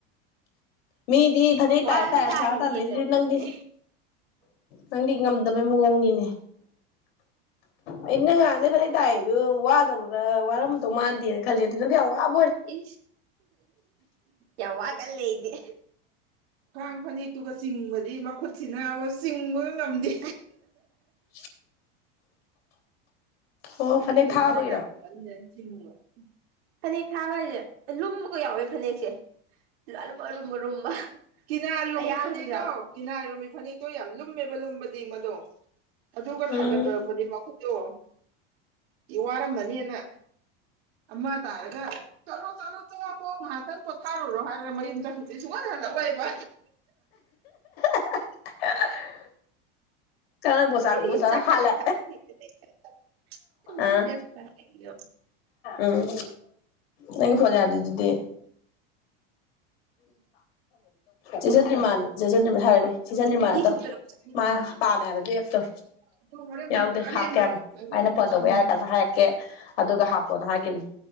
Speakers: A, on the left; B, on the right.
A: ꯃꯤꯗꯤ ꯐꯅꯦꯛ
B: ꯋꯥꯁꯨ
A: ꯇꯥꯔꯦ ꯇꯥꯔꯦ
B: ꯇꯥꯏꯁꯤꯅꯦ
A: ꯐꯔ ꯇꯥꯅꯩꯁꯤꯗꯤ
B: ꯍꯦꯛ ꯀꯔꯤꯅꯣꯅꯦ
A: ꯅꯪꯗꯤ ꯅꯪꯗꯤ ꯅꯕ ꯃꯑꯣꯡꯅꯤꯅꯦ ꯑꯩ ꯅꯪ ꯉꯥꯟꯗꯩ ꯐꯅꯩ ꯇꯥꯏꯗꯨ ꯋꯥꯗꯕ꯭ꯔꯥ ꯋꯥꯔꯝꯗꯧ ꯃꯥꯟꯗꯦꯅ ꯈꯜꯂꯦ ꯑꯗꯨ ꯅ ꯌꯥꯝꯕ
B: ꯏ ꯌꯥꯋꯥꯂꯦ ꯏ ꯈ꯭ꯋꯥꯡ ꯐꯅꯦꯛꯇꯨꯒ ꯆꯤꯡꯕꯗꯤ ꯃꯈꯨꯠꯁꯤꯅ ꯆꯤꯡꯕꯁꯨ ꯅꯝꯗꯦ
A: <unintelligible> ꯑꯣ
B: ꯁꯤꯒꯨꯝꯕꯗꯤꯗ
A: ꯐꯅꯦꯛ ꯊꯥꯕꯒꯤꯔꯣ
B: ꯌꯥꯝꯅ ꯉꯜꯂꯦ ꯁꯤꯒꯨꯝꯕ ꯐꯅꯦꯛ ꯊꯥꯕ ꯍꯥꯏꯁꯦ ꯂꯨꯝꯕꯒ ꯌꯥꯎꯋꯦ ꯐꯅꯦꯛꯁꯦ ꯂꯔꯨꯝꯕꯔꯨꯝꯕ ꯀꯤꯅꯥꯔꯣ ꯀꯤꯅꯥꯔꯣꯝꯃꯤ ꯐꯅꯛꯇꯣ ꯌꯥꯝ ꯂꯨꯝꯃꯦꯕ ꯂꯨꯝꯕꯗꯤ ꯃꯗꯣ ꯑꯗꯨꯒ
A: ꯎꯝ
B: ꯊꯥꯡꯒꯠꯕꯤꯔꯛꯄꯗꯤ ꯃꯈꯨꯠꯇꯣ ꯋꯥꯔꯝꯃꯅꯦꯅ ꯑꯃ ꯇꯥꯔꯒ ꯆꯠꯂꯣ ꯆꯠꯂꯣ ꯣꯇꯣꯛ ꯍꯥꯇꯣ ꯉꯥꯏꯍꯥꯛꯇꯪ ꯄꯣꯠꯊꯥꯔꯨꯔꯣ ꯍꯥꯏꯔꯒ ꯃꯌꯨꯝ ꯆꯪꯈꯁꯦ ꯁꯨꯡꯍꯟ ꯍꯜꯂꯛꯑꯣꯏꯀꯣ
A: <unintelligible> ꯀ ꯣꯁꯥ
B: ꯑꯩꯗꯤ
A: ꯣꯁꯅ
B: ꯌꯨꯝ ꯆꯠꯈ꯭ꯔꯗꯤ
A: ꯍꯂ
B: ꯊꯕꯛ ꯂꯩꯇꯅ ꯆꯠꯅꯤꯡꯗꯗꯅ
A: ꯑꯥ ꯎꯝ ꯅ ꯐꯅꯦ ꯌꯥꯔꯗꯗꯤꯗꯗꯤ ꯆꯗ꯭ꯔꯤ ꯆꯦꯟꯁꯤꯟꯗ꯭ ꯍꯥꯏꯔꯃꯦ ꯁꯤꯖꯟꯗ꯭ꯔꯤꯃ
B: ꯃꯔꯤ
A: ꯑꯗꯣ
B: ꯊꯣꯛꯇꯔꯛ ꯆꯠꯅꯤꯡꯉꯤ
A: ꯃꯥ ꯄꯥꯝꯃꯦ ꯍꯥꯏꯕ ꯑꯦꯐꯇꯣ
B: ꯑꯗꯣ ꯍꯣꯔꯦꯟ
A: ꯌꯥꯎꯗ꯭ꯔꯦ
B: ꯑꯔꯦꯝꯕꯗꯣ
A: ꯍꯥꯞꯀꯦ ꯍꯥꯏꯕꯅꯤ
B: ꯑꯃꯨꯛ
A: ꯑꯩꯅ ꯐꯣꯟ ꯇꯧꯕ
B: ꯁꯝꯖꯤꯜꯂꯦ
A: ꯌꯥꯔ ꯀꯥꯟꯗ ꯍꯥꯏꯔꯛꯀꯦ ꯑꯗꯨꯒ ꯍꯥꯞꯄꯣꯅ ꯍꯥꯏꯈꯤꯕꯅꯤ